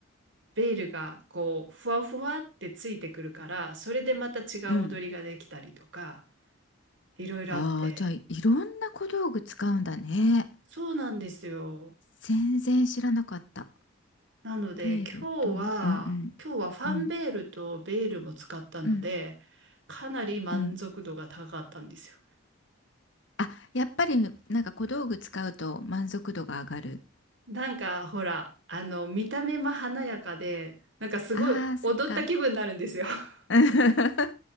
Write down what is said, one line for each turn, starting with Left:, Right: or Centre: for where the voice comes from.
Right: ベールがこう、ふわふわってついてくるから、それでまた違う踊りができたりとか、
Left: うん。
Right: いろいろあって。
Left: ああ、じゃあ、いろんな小道具使うんだね。
Right: そうなんですよ。
Left: 全然知らなかった。
Right: なので今日は、
Left: ペールと、うんうん
Right: 今日はファンベールとベールも使ったので、
Left: うん、うん、
Right: かなり満足度が高かったんですよ。
Left: うん。あ、やっぱりなんか小道具使うと満足度が上がる。
Right: なんかほら、あの、見た目も華やかで、なんかすごい踊った気分になるんですよ。
Left: ああー、そっか。
Right: <laughs>
Left: <laughs> え